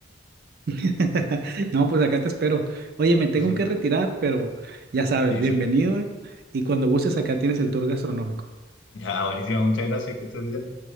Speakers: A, on the right; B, on the left.
A: <laughs> No, pues acá te espero. Oye, me tengo
B: <laughs>
A: que retirar, pero ya sabes,
B: Ya, Isaac.
A: bienvenido ¿eh? y cuando gustes acá tienes el tour gastronómico.
B: Ya, buenísimo. Muchas gracias. Que estés bien.